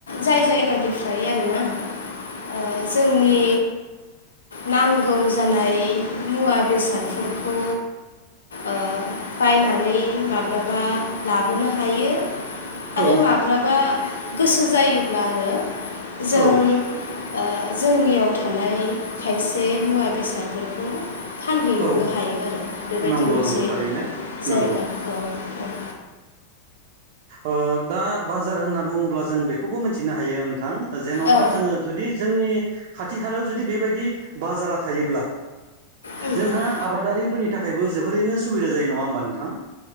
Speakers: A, on the left; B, on the right.
A: जाय जायगानि निफ्राय आरोना ओ जोंनि नांगौ जानाय मुवा बेसादफोरखौ ओ बायनानै माब्लाबा लाबोनो हायो
B: औ
A: आरो माब्लाबा गोसो जायोब्ला आरो जों
B: औ
A: आ जोंनियाव थानाय खायसे मुवा बेसादफोरखौ फानहैनोबो
B: औ औ
A: हायो आरो बेबायदि
B: नंगौ
A: मोनसे
B: नंगौ थारैनो
A: जायगा
B: नंगौ
A: औ औ।
B: अ दा बाजार होनना बुङोब्ला जों बेखौबो मिथिनो हायो थां जेन'बा
A: औ
B: जोंङो जुदि जोंनि खाथि-खालायाव जुदि बेबायदि बाजारा थायोब्ला
A: औ
B: जोंहा आबादारिफोरनि थाखायबो जोबोरैनो सुबिदा जायो नङा होमबा नोंथां?